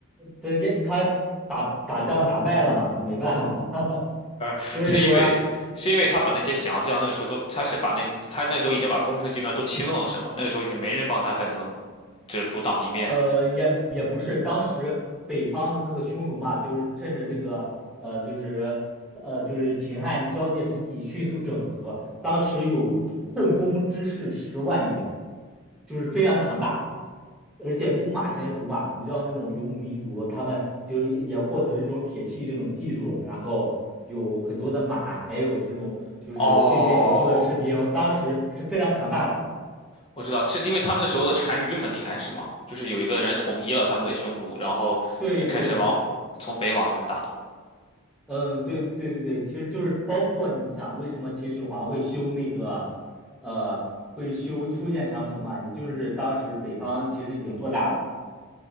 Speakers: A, in the centre; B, on the left.
A: 他也他打打仗打败了嘛，就没办法，<laughs>
B: <laughs>
A: 所以说
B: 是因为是因为他把那些降将那个时候都，他是把那他那个时候已经把攻城集团都清了，是吗？那个时候已经没人帮他再能。就独当一面了。
A: 呃也也不是当时北方的那个匈奴嘛，就是趁着这个呃就是呃就是秦汉交界之际迅速整合，当时有控工之士十万余。就是非常强大，而且弓马娴熟嘛，你知道那种游牧民族，他们就是也获得了这种铁器这种技术，然后有很多的马，还有这种就是训练有素的士兵，
B: 哦，
A: 当时是非常强大的。
B: 我知道，这是因为他们那时候的单于很厉害，是吗？就是有一个人统一了他们的匈奴，然后就开始往从北往南打。
A: 对对对，嗯，对对对对，其实就是包括你想为什么秦始皇会修那个，呃，会修修建长城嘛，也就是当时北方其实已经做大了。